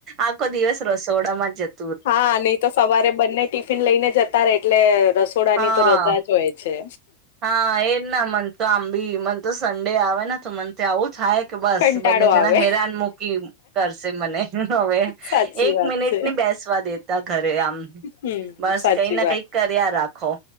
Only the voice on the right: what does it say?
આખો દિવસ રસોડામાં જ જતો
હા
હા એજ ના મન તો આંબી મન તો સન્ડે આવે ને તો મનથી તો આવું થાય કે બસ
બંને જણા
હેરાન મૂકી કરશે મને હવે
એક
મિનિટ
ની બેસવા દેતા ઘરે આમ
બસ
કઈ ના
કઈ કર્યા રાખ ખો